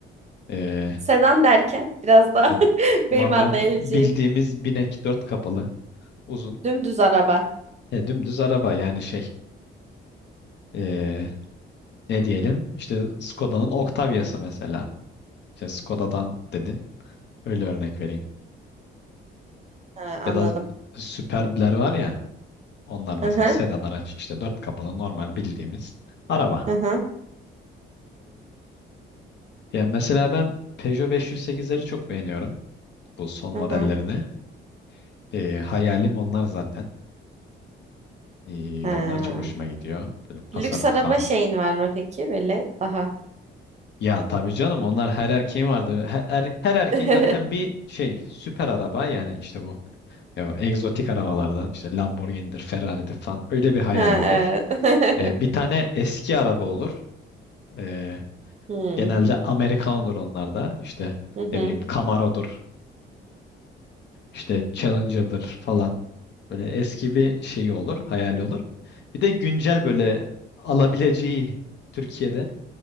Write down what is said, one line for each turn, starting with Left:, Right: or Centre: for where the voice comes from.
Left: E,
Right: Sedan derken biraz daha
Left: e,
Right: <laughs>
Left: normal
Right: benim anlayabileceğim.
Left: bi- bildiğimiz binek dört kapalı uzun
Right: Dümdüz araba.
Left: e, dümdüz araba yani şey e, ne diyelim işte Skoda'nın Octavia'sı mesela. İşte Skoda'dan dedin öyle örnek vereyim.
Right: Ha, anladım.
Left: Ya da Superb'ler var ya onlar mesela
Right: Hı hı.
Left: sedan araç işte dört kapalı normal bildiğimiz araba.
Right: Hı hı.
Left: Ya mesela ben Peugeot 508'leri çok beğeniyorum. Bu son
Right: Hı
Left: modellerini.
Right: hı.
Left: Ee, hayalim onlar zaten. Ee,
Right: Ha.
Left: onlar çok hoşuma gidiyor. Böyle tasarımı
Right: Lüks araba
Left: falan.
Right: şeyin var mı peki? Böyle daha.
Left: Ya tabii canım onlar her erkeğin vardır. Her, her, her erkeğin
Right: <laughs>
Left: zaten bir şey süper araba yani işte bu. Ya, egzotik arabalardan işte Lamborghini'dir, Ferrari'dir falan öyle bir hayali
Right: Ha,
Left: olur.
Right: evet.
Left: Ee, bir
Right: <laughs>
Left: tane eski araba olur. Ee,
Right: Hmm,
Left: genelde Amerikan olur onlar da. İşte
Right: Hı hı.
Left: ne bileyim Camaro'dur. İşte Challenger'dır falan. Böyle eski bir şeyi olur, hayali olur. Bir de güncel böyle alabileceği Türkiye'de